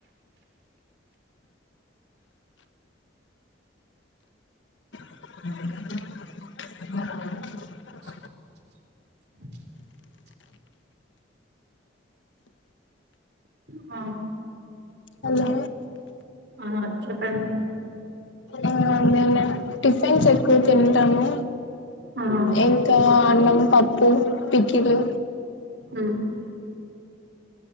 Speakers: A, on the left; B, on the right.
A: <unintelligible>
B: <inaudible> ఆ
A: హలో
B: ఆ చెప్పండి
A: ఆ అదేం టిఫిన్స్ ఎక్కువ తింటాను
B: ఆ
A: ఇంకా అన్నం పప్పు పికిలు
B: ఉమ్